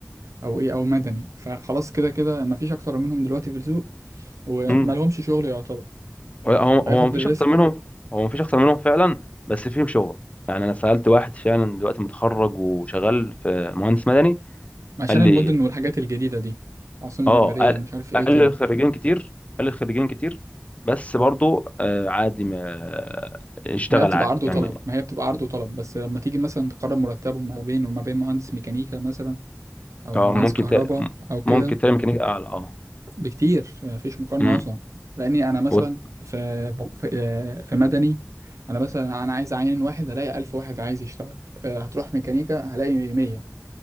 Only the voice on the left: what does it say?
مم.
هو
هو مفيش
اكتر منهم هو مفيش اكتر منهم فعلا بس فيهم شغل يعني انا سالت واحد فعلا دلوقتي متخرج وشغال في مهندس مدني
قال لي
اه
قال
قال
لي الخريجين كتير قال لي الخريجين كتير بس برضو آه عادي ما اشتغل
عادي
يعني
اه
ممكن
تا...
ممكن تعمل ميكانيكا اعلى اه
امم
وت-